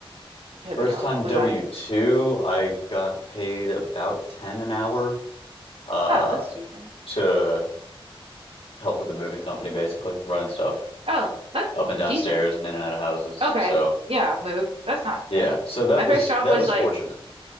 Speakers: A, on the right; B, on the left.
A: type
B: First
A: of job
B: time
A: was
B: W-2,
A: that
B: I got paid about 10 an hour uh
A: Oh, that's decent.
B: to help with the moving company basically, running stuff
A: Oh, that's
B: up and downstairs
A: decent.
B: and in and out of houses.
A: Okay.
B: So,
A: Yeah, moved. That's not
B: yeah.
A: bad.
B: So that
A: My
B: was
A: first job
B: that
A: was
B: was
A: like,
B: fortunate.